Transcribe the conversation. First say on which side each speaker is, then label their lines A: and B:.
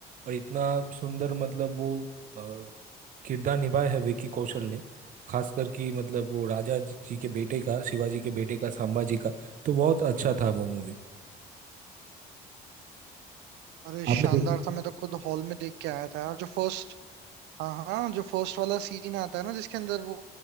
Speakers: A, on the right; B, on the right.
A: और इतना सुंदर मतलब वो अ, किरदार निभाया है विकी कौशल ने खास करके मतलब वो राजा जी के बेटे का शिवाजी के बेटे का संभाजी का तो बहुत अच्छा था वो मूवी
B: अरे शानदार
A: आपने देखी
B: था मैं तो खुद हॉल में देख के आया था यार जो फर्स्ट हाँ हाँ जो फर्स्ट वाला सीन आता है ना जिसके अंदर वो